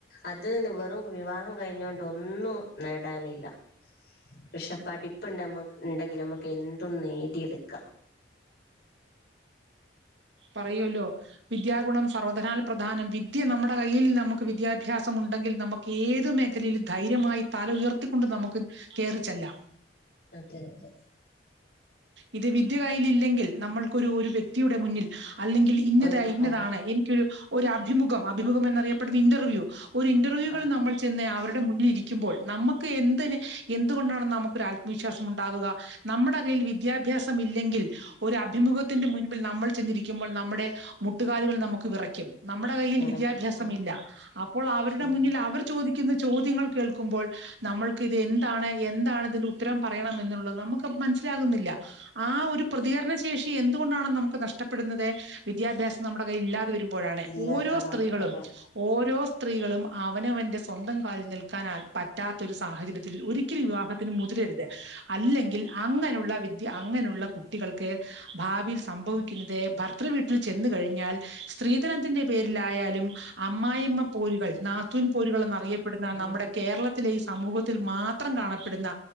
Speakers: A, on the left (about 55°); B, on the right (about 75°).
A: അതിന്ന് വെറും വിവാഹം കഴിഞ്ഞ കൊണ്ട് ഒന്നും നില്ല പക്ഷെ പഠിപ്പ്ണ്ടമ്മ ഉണ്ടെങ്കിൽ നമുക്ക് എന്തും നേടിയെടുക്കാം
B: പറയൂല്ലോ വിദ്യാഗുണം സർവധനാൽ പ്രധാനം വിദ്യ നമ്മുടെ കയ്യിൽ നമുക്ക് വിദ്യാഭ്യാസം ഉണ്ടെങ്കിൽ നമുക്ക് ഏത് മേഖലയിലും ധൈര്യമായി തല ഉയർത്തിക്കൊണ്ട് നമുക്ക് കേയറിച്ചല്ലാം
A: അതെ അതെ
B: ഇത് വിദ്യ കയ്ൽ ഇല്ലെങ്കിൽ നമ്മൾക്ക ഒരു ഒരു വ്യക്തിയുടെ മുന്നിൽ അല്ലെങ്കിൽ ഇന്നത
A: ഒരു
B: ഇന്നതാണ്
A: ആ
B: എനിക്കൊ ഒരു അഭിമുഖം അഭിമുഖം എന്നറിയ ഇന്റർവ്യൂ ഒരു ഇന്റർവ്യൂകൾ
A: ആ
B: നമ്മൾ ചെന്ന് അവ മുന്നിൽ ഇരിക്കുമ്പോൾ നമുക്ക് എന്ന് എന്ത കൊണ്ടാണെന്ന് നമുക്ക്ൊത്പര്യം വിശ്വാസം ഉണ്ടാകുക നമ്മുടെ േൽവ <unintelligible> വിദ്യാഭ്യാസം ഇല്ലെങ്കിൽ ഒരു അഭിമുഖത്തിന്റെ മുൻ നമ്മൾ ചെന്നിരിക്കുമ്പോൾ നമ്മുടെ മുട്ടുകാലുകൾ നമുക്ക് വിറയ്ക്കും നമ്മുടെ കയ്യിൽ
A: വിറക്കി
B: വിദ്യാഭ്യാസം
A: ആ
B: ഇല്ല അപ്പോൾ അവരുടെ
A: ശരി
B: മുന്നിൽ അവർ ചോദിക്ക ചോദ്യങ്ങൾ കേൾക്കുമ്പോൾ നമ്മൾക്ക് ഇത് എന്താണ് എന്താണ് ഇതിന്റെ ഉത്തരം പറയണ എ നമ്മൾക്ക് അപ്പോൾ - ആ ഒരു പ്രതികരണ ശേഷി എന്തുകൊണ്ടാണ് നമുക്ക് നഷ്ടപ്പെടുന്നത് വിദ്യാഭ്യാസ നമ്മുടെ കൈ ഇല്ലാതെ വരുമ്പോഴാണ്
A: ഇല്ലാത്തത്
B: ഓരോ സ്ത്രീകളും
A: അതെ
B: ഓരോ സ്ത്രീകളും അവനവൻന്റെ സ്വന്തം കാലിൽ നിൽക്കാനാ പറ്റാത്ത ഒരു സാഹചര്യത്തിൽ ഒരിക്കലും വിവാഹത്തിന് മുതിരരുത് അല്ലെങ്കിൽ അങ്ങനെ വിദ്യ അങ്ങനെയുള്ള കുട്ടികൾക്ക് ഭാവിയിൽ സംഭവിക്കുന്നത് ഭർത്തൃവീട്ടിൽ ചെന്ന കഴിഞ്ഞാൽ സ്ത്രീധനത്തിന്റെ പേരിലായാലും അമ്മായിമ്മ പോരുകൾ നാത്തുൻ പോരുകൾ എന്നറിയപ്പെടുന്ന
A: ഓ
B: നമ്മുടെ കേരളത്തിലെ സമൂഹത്തിൽ മാത്രം കാണപ്പെടുന്ന